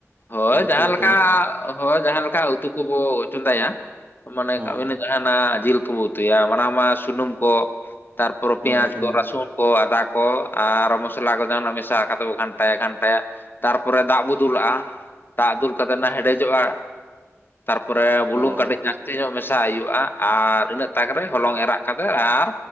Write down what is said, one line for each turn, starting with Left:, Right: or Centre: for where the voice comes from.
Left: ᱦᱳᱭ
Right: ᱩᱛᱩ
Left: ᱡᱟᱦᱟᱸᱞᱮᱠᱟ
Right: ᱟᱛᱮᱱ
Left: ᱦᱳᱭ ᱡᱟᱦᱟᱸᱮᱠᱟ ᱩᱛᱩ ᱠᱚᱵᱚ ᱪᱚᱸᱫᱟᱭᱟ ᱢᱚᱱᱮ
Right: ᱦᱚᱸ
Left: ᱠᱟᱜ ᱵᱮᱱ ᱡᱟᱦᱟᱱᱟᱜ ᱡᱤᱞ ᱠᱚᱵᱚ ᱩᱛᱩᱭᱟ ᱢᱟᱲᱟᱝ ᱢᱟ ᱥᱩᱱᱩᱢ ᱠᱚ ᱛᱟᱨᱯᱚᱨᱮ
Right: ᱦᱳᱭ
Left: ᱯᱮᱸᱭᱟᱡᱽ
Right: ᱥᱩᱱᱩᱢ
Left: ᱠᱚ ᱨᱟᱹᱥᱩᱱ ᱠᱚ ᱟᱫᱟ ᱠᱚ ᱟᱨ ᱢᱚᱥᱞᱟ ᱠᱚ ᱡᱟᱦᱟᱱᱟᱜ ᱢᱮᱥᱟ ᱠᱟᱛᱮ ᱵᱚ ᱜᱷᱟᱱᱴᱟᱭᱟ ᱜᱷᱟᱱᱴᱟᱭᱟ ᱛᱟᱨᱯᱚᱨᱮ ᱫᱟᱜ ᱵᱚ ᱫᱩᱞᱟᱜᱼᱟ᱾ ᱫᱟᱜ ᱫᱩᱞ ᱠᱟᱛᱮ ᱟᱱᱟ ᱦᱮᱰᱮᱡᱚᱜᱼᱟ ᱛᱟᱨᱯᱚᱨᱮ ᱵᱩᱞᱩᱝ
Right: ᱦᱳᱭ
Left: ᱠᱟᱹᱴᱤᱡ ᱡᱟᱹᱥᱛᱤ ᱧᱚᱜ ᱢᱮᱥᱟ ᱦᱩᱭᱩᱜᱼᱟ ᱟᱨ ᱤᱱᱟᱹᱜ ᱛᱟᱠ ᱨᱮ ᱦᱚᱞᱚᱝ ᱮᱨᱟᱜ ᱠᱷᱟᱱ ᱫᱚ ᱟᱨ